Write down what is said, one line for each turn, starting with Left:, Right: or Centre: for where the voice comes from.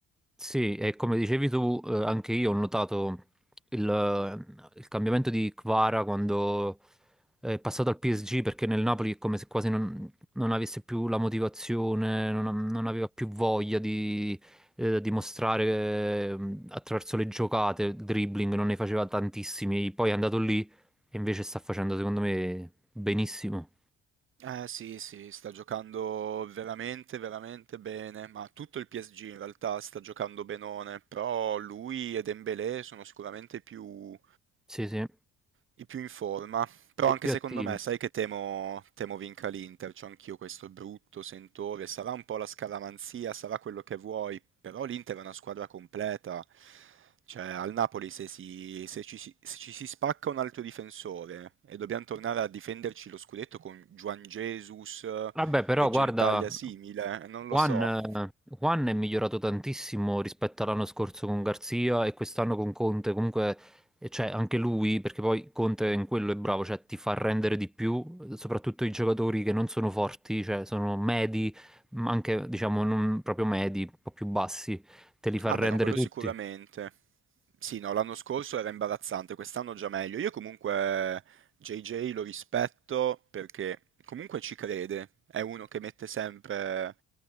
Centre: sì, e come dicevi tu, eh, anche io ho notato il, il cambiamento di Kvara quando È passato al PSG perché nel Napoli è come se quasi non, non avesse più la motivazione, non, non aveva più voglia di eh, dimostrare eh, attraverso le giocate, il dribbling, non ne faceva tantissimi. Poi è andato lì e invece sta facendo, secondo me, benissimo.
Right: Eh sì, sì, sta giocando veramente, veramente bene, ma tutto il PSG in realtà sta giocando benone, però lui e Dembélé sono sicuramente i più,
Centre: Sì, sì,
Right: i più in forma. Però
Centre: e
Right: anche
Centre: più
Right: secondo
Centre: attivi.
Right: me, sai che temo, temo vinca l'Inter, c'ho anch'io questo brutto sentore, sarà un po' la scaramanzia, sarà quello che vuoi, però l'Inter è una squadra completa, cioè al Napoli se, si- se ci, si se ci si spacca un altro difensore e dobbiamo tornare a difenderci lo scudetto con Juan Jesus
Centre: Vabbè, però
Right: e
Centre: guarda,
Right: Gentaglia simile, eh, non lo
Centre: Juan,
Right: so,
Centre: eh, Juan è migliorato tantissimo rispetto all'anno scorso con Garzia e quest'anno con Conte. Comunque, eh, cioè, anche lui, perché poi Conte in quello è bravo, cioè ti fa rendere di più, eh, soprattutto i giocatori che non sono forti, cioè sono medi, ma anche diciamo non proprio medi, un po' più bassi, te li fa
Right: Ah
Centre: rendere
Right: beh, no, quello
Centre: tutti.
Right: sicuramente. Sì, no, l'anno scorso era imbarazzante, quest'anno già meglio. Io comunque JJ lo rispetto perché comunque ci crede, è uno che mette sempre